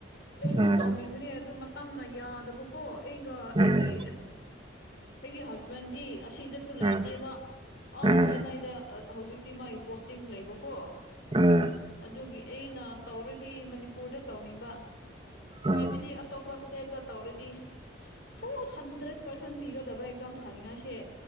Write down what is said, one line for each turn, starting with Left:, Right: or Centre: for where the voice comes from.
Left: ꯑꯩꯁꯨ
Right: ꯎꯝ
Left: ꯇꯧꯅꯤꯡꯕꯅꯦ ꯑꯗꯨ ꯃꯇꯝꯅ ꯌꯥꯗꯕ ꯀꯣ ꯑꯩꯒ
Right: ꯎꯝ
Left: ꯑꯩꯒꯤ ꯑꯩꯒꯤ ꯍꯁꯕꯦꯟꯗꯤ ꯑꯁꯤꯗ ꯁꯨ
Right: ꯎꯝ
Left: ꯂꯩꯇꯦꯕ ꯑꯥ
Right: ꯎꯝ
Left: ꯆꯦꯟꯅꯥꯏꯗ ꯍꯧꯖꯤꯛꯇꯤ ꯃꯥꯒꯤ ꯄꯣꯁꯇꯤꯡ ꯂꯩꯕꯀꯣ
Right: ꯎꯝ
Left: ꯑꯗꯨꯒꯤ ꯑꯩꯅ ꯇꯧꯔꯗꯤ ꯃꯅꯤꯄꯨꯔꯗ ꯇꯧꯅꯤꯡꯕ ꯍꯥꯏꯕꯗꯤ
Right: ꯎꯝ
Left: ꯑꯇꯣꯞꯄ ꯏꯁꯇꯦꯠꯇ ꯇꯧꯔꯗꯤ ꯐꯨꯜ ꯍꯟꯗ꯭ꯔꯦꯠ ꯄꯥꯔꯁꯦꯟ ꯄꯤꯒꯗꯕ ꯑꯦꯛꯖꯥꯝ ꯊꯥꯅꯤꯡꯉꯥꯏꯁꯦ